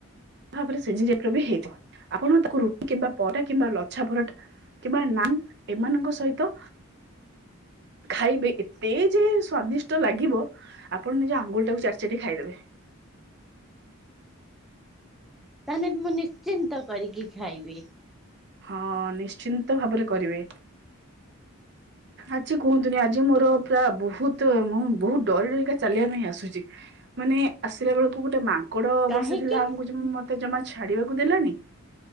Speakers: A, on the right; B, in the centre.
A: ଭାବରେ ସିଝି ବି ହେଇଥିବ ଆପଣ ତାକୁ ରୁଟି କିମ୍ବା ପରଟା କିମ୍ବା ଲଛା ପରଟା କିମ୍ବା ନାହିଁ ଏମାନଙ୍କ ସହିତ ଖାଇବେ ଏତେ ଯେ ସ୍ଵାଦିଷ୍ଟ ଲାଗିବ। ଆପଣ ନିଜ ଆଙ୍ଗୁଳି ଟାକୁ ଚାଟି ଚାଟି ଖାଇଦେବେ।
B: ତାହେଲେ ମୁଁ ନିଶ୍ଚିନ୍ତ କରିକି ଖାଇବି।
A: ହଁ ନିଶ୍ଚିନ୍ତ ଭାବରେ କରିବେ। ଆଜି କୁହନ୍ତୁନି ଆଜି ମୋର ପୁରା ବହୁତ ମୁଁ ବହୁତ ଡରି ଡରିକା ଚାଲିବା ପାଇଁ ଆସୁଚି। ମାନେ ଆସିଲା ବେଳକୁ ଗୋଟେ ମା ମାଙ୍କଡ
B: କାହିଁକି
A: ବସିଥିଲା ଆମକୁ ଯମ୍ ମତେ ଜମା ଛାଡିବାକୁ ଦେଲାନି